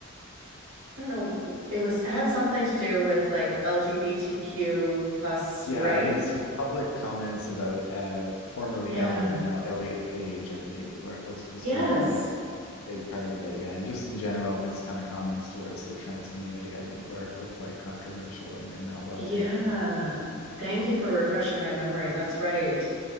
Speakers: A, on the right; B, on the left.
A: I don't know. It was had something to do with like LGBTQ plus
B: Yeah,
A: rights.
B: his his public comments about uh formerly
A: Yeah.
B: Ellen, now Elliot Page, I believe, were, was was
A: Yes.
B: kind of a big part of it. Yeah, and just in general, his kind of comments towards the trans community, I think, were were quite controversial and, and not well
A: Yeah.
B: taken.
A: Thank you for refreshing my memory. That's right.